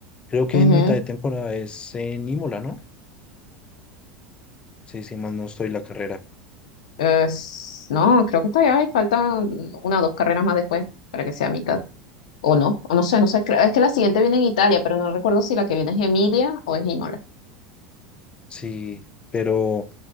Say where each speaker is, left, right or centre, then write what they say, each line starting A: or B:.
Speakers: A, on the left; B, on the left.
A: Creo que
B: Ujú.
A: en mitad de temporada es en Imola, ¿no? Sí, sí, más no estoy la carrera.
B: Es- no, creo que todavía hay, faltan una o dos carreras más después para que sea mitad. O no, o no sé, no sé. creo- Es que la siguiente viene en Italia, pero no recuerdo si la que viene es Emilia o es Imola.
A: Sí, pero,